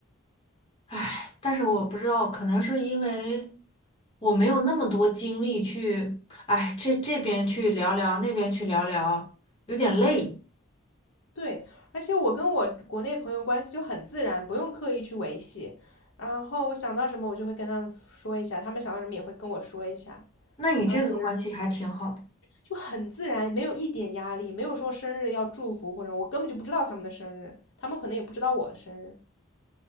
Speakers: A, on the left (about 25°); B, on the left (about 80°).
A: 唉，但是我不知道，可能是因为我没有那么多精力去，哎，这这边去聊聊，那边去聊聊，有点累。
B: 对，而且我跟我国内朋友关系就很自然，不用刻意去维系。然后我想到什么，我就会跟他们说一下，他们想到什么也会跟我说一下。
A: 那你这个关系还挺好的，
B: 然后节日就很自然，没有一点压力，没有说生日要祝福或者我根本就不知道他们的生日，他们可能也不知道我的生日，